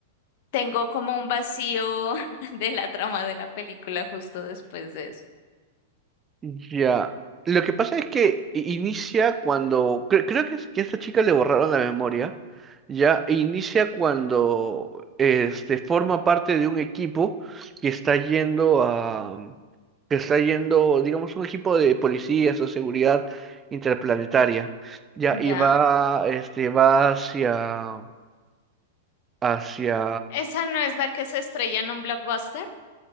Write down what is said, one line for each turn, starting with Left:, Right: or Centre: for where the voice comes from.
Left: Tengo como un vacío <laughs> de la trama de la película justo después de eso.
Right: Ya. Lo que pasa es que i- inicia cuando, cre- creo que, es- que a esta chica le borraron la memoria, ya, e inicia cuando este forma parte de un equipo que está yendo a, que está yendo, digamos, un equipo de policías o seguridad interplanetaria, ya,
Left: ¿Ya?
Right: y va, este, va hacia, hacia,
Left: ¿Esa no es la que se estrella en un blockbuster?